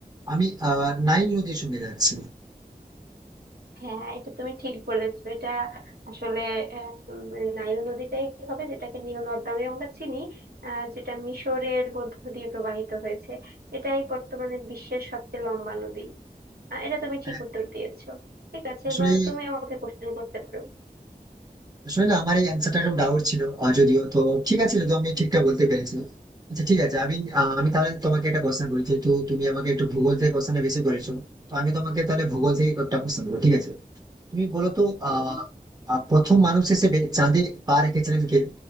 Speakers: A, on the right; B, on the right.
A: আমি আহ নাইল নদীর সঙ্গে যাচ্ছি
B: হ্যাঁ এটা তুমি ঠিক বলেছো এটা আসলে আহ, উম, নাইল নদীটাই হবে যেটাকে নীল নদ নামে আমরা চিনি আহ, যেটা মিশরের মধ্য দিয়ে প্রবাহিত হয়েছে এটাই বর্তমানে বিশ্বের সবচেয়ে লম্বা নদী আহ, এটা তুমি ঠিক
A: হ্যাঁ
B: উত্তর দিয়েছো ঠিক আছে
A: আসলে
B: এবার তুমি আমাকে কোশ্চেন করতে পারো
A: আসলে না আমার এই অ্যান্সারটা একটু ডাউট ছিল আহ, যদিও তো ঠিক আছে যদি আমি ঠিকঠাক বলতে পেরেছি আচ্ছা ঠিক আছে আমি আহ, আমি তাহলে তোমাকে একটা কোশ্চেন করি যেহেতু তুমি আমাকে একটু ভূগোল থেকে কোশ্চেনটা বেশি করেছো তো আমি তোমাকে তাহলে ভূগোল থেকে একটা কোশ্চেন করবো ঠিক আছে তুমি বলো তো আহ
B: উম,
A: আহ, প্রথম মানুষ হিসেবে চাঁদে পা রেখেছিলেন কে